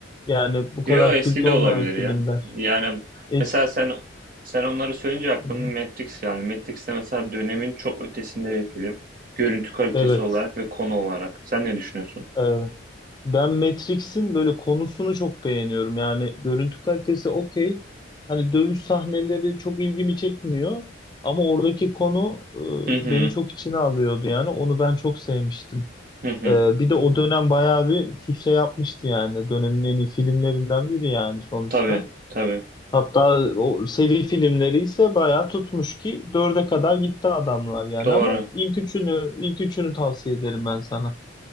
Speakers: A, on the left; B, on the right.
A: Yani bu kadar
B: Yo eski
A: kült
B: de
A: olmayan
B: olabilir ya.
A: filmler.
B: Yani
A: Eski.
B: mesela sen sen onları söyleyince aklıma
A: Hı hı.
B: Matrix geldi. Matrix de mesela dönemin çok ötesinde bir film. Görüntü kalitesi
A: Evet.
B: olarak ve konu olarak. Sen ne düşünüyorsun?
A: Ee, ben Matrix'in böyle konusunu çok beğeniyorum. Yani görüntü kalitesi okey. Hani dövüş sahneleri çok ilgimi çekmiyor ama oradaki konu
B: Hı hı.
A: e, beni çok içine alıyordu yani. Onu ben çok sevmiştim.
B: Hı hı.
A: Ee, bir de o dönem bayağı bir sükse yapmıştı yani. Dönemin en iyi filmlerinden biri yani sonuçta.
B: Tabii, tabii.
A: Hatta o seri filmleri ise bayağı tutmuş ki dörde kadar gitti adamlar yani
B: Doğru.
A: ama ilk üçünü ilk üçünü tavsiye ederim ben sana.